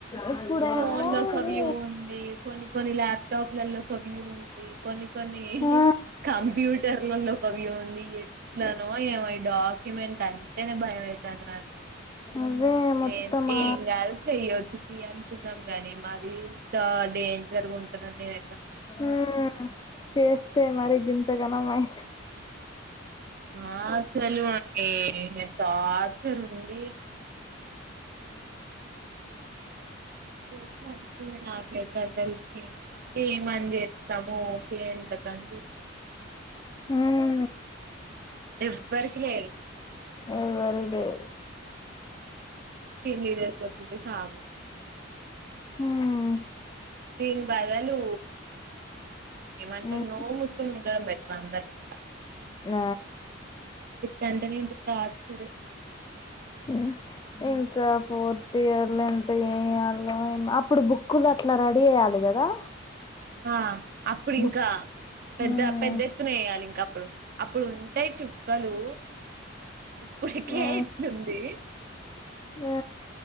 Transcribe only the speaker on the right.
ఫోన్ లో ఒక వ్యూ
ఉంది కొన్ని కొన్ని ల్యాప్టాప్లలో ఒక వ్యూ ఉంది కొన్ని కొన్ని
కంప్యూటర్లలో వి ఉంది ఎట్లనో ఏమో ఈ డాక్యుమెంట్ అంటేనే భయం అవుతుంది నాకి
ఏ ఏం గాదు చేయొచ్చు అనుకున్నాం గాని మరి ఇంత డేంజర్గా ఉంటుందని నే
ఆ అసలు అది టార్చర్ ఉంది కోపం వస్తుంది నాక్ అయితే అసల్కి ఏమని చేస్తాము ఓకే ఎంతకని
ఎవ్వరికి లేరు
<inaudible> సావు
దీని బదులు ఏమంటే
నో మూసుకొని ఉండడం బట్ వందరికి
గంట నుంచి టార్చర్
ఆ అప్పుడింకా
పెద్ద
పెద్ద ఎత్తున వేయాలి ఇంక అప్పుడు అప్పుడు ఉంటాయి చుక్కలు ఇప్పుడికే
ఇట్లుంది